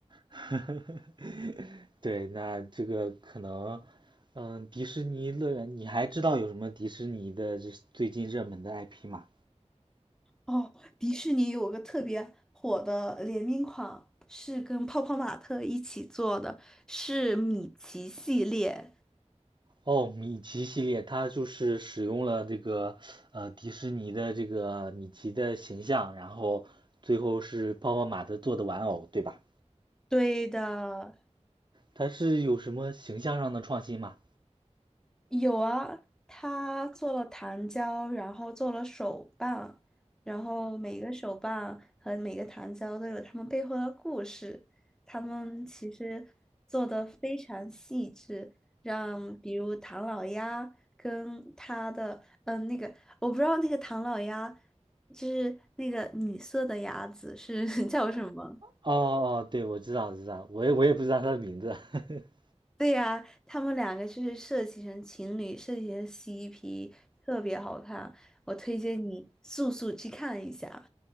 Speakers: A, on the right; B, in the centre.
A: <laughs> 对，那这个可能，嗯，迪士尼乐园，你还知道有什么迪士尼的这最近热门的 IP 吗？
B: 哦，迪士尼有个特别火的联名款，是跟泡泡玛特一起做的，是米奇系列。
A: 哦，米奇系列，它就是使用了这个呃迪士尼的这个米奇的形象，然后最后是泡泡玛特做的玩偶，对吧？
B: 对的，
A: 它是有什么形象上的创新吗？
B: 有啊，他做了糖胶，然后做了手办，然后每个手办和每个糖胶都有他们背后的故事。他们其实做的非常细致，让比如唐老鸭跟他的嗯那个，我不知道那个唐老鸭就是那个女色的鸭子是 <laughs> 叫什么。
A: 哦哦，对，我知道，我知道，我也我也不知道它的名字。<laughs>
B: 对呀，他们两个就是设计成情侣，设计成 CP，特别好看。我推荐你速速去看一下。